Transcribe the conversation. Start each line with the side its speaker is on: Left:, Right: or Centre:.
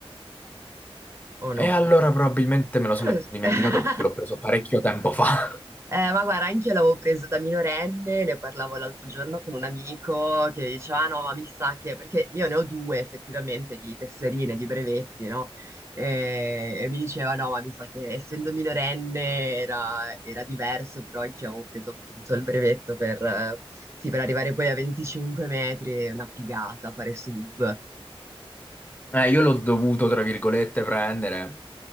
Right: O no?
Left: E allora probabilmente me lo
Right: Non
Left: sono
Right: lo so.
Left: dimenticato
Right: <laughs>
Left: perché l'ho preso parecchio tempo fa. <laughs>
Right: Eh, ma guarda, anche io l'avevo preso da minorenne, ne parlavo l'altro giorno con un amico che diceva, "Ah, no, ma mi sa che, perché io ne ho due effettivamente di tesserine, di brevetti, no? E, e mi diceva, no, ma mi sa che essendo minorenne era, era diverso, però anche io avevo preso appunto il brevetto per, eh, sì, per arrivare poi a 25 metri, è una figata fare sub,
Left: Eh, io l'ho dovuto, tra virgolette, prendere